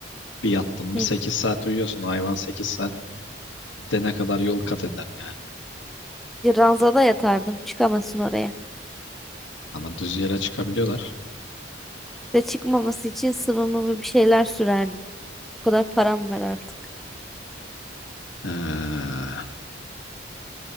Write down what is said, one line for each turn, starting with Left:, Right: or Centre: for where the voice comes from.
Left: Bir yattın mı
Centre: Hı.
Left: 8 saat uyuyorsun. Hayvan 8 saat de ne kadar yol kat eder yani.
Centre: Bir ranzada yatardım. Çıkamasın oraya.
Left: Ama düz yere çıkabiliyorlar.
Centre: Ve çıkmaması için sıvı mıvı bir şeyler sürerdim. O kadar param var artık.
Left: Ee,